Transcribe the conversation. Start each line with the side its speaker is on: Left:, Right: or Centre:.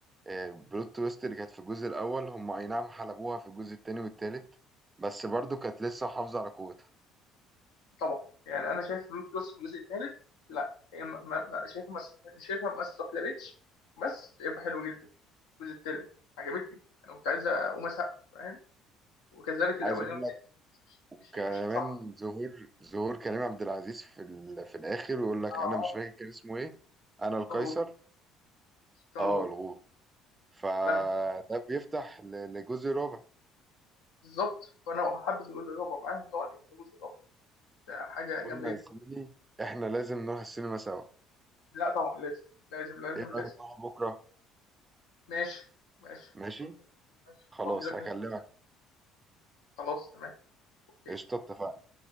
Right: آه، بلوت تويست اللي كانت في الجزء الاول هم اي نعم حلبوها في الجزء التاني والتالت بس برضو كانت لسه حافظه على قوتها
Left: طبعا يعني انا شايف رود كروس في الجزء الثالث لا هي ما ما ما- شايفها ما است- شايفها ما استحلبتش بس شايفها حلوه جدا الجزء الثالث عجبتني انا كنت عايز اقوم اسقف فاهم وكذلك الاولاني
Right: عايز اقول
Left: والتاني
Right: لك وكمان
Left: مش ماشيين صح
Right: ظهور ظهور كريم عبد العزيز في ال... في الاخر ويقول لك
Left: اه آه.
Right: انا مش فاكر كان اسمه ايه انا
Left: سلطان
Right: القيصر
Left: الغول سلطان
Right: اه
Left: الغول
Right: الغول فده
Left: أحلام
Right: بيفتح ل- لجزء رابع
Left: بالظبط فانا حابب الجزء الرابع معاهم طبعا يبقى الجزء الرابع ده حاجه
Right: قلنا
Left: جامده جدا
Right: يا زميلي احنا لازم نروح السينما سوا
Left: لا طبعا لازم لازم لازم
Right: ايه
Left: لازم
Right: رأيك نروح بكرة
Left: ماشي ماشي
Right: ماشي
Left: ماشي
Right: خلاص
Left: فضي لك
Right: هكلمك
Left: نفسك. خلاص تمام اوكي
Right: قشطة اتفقنا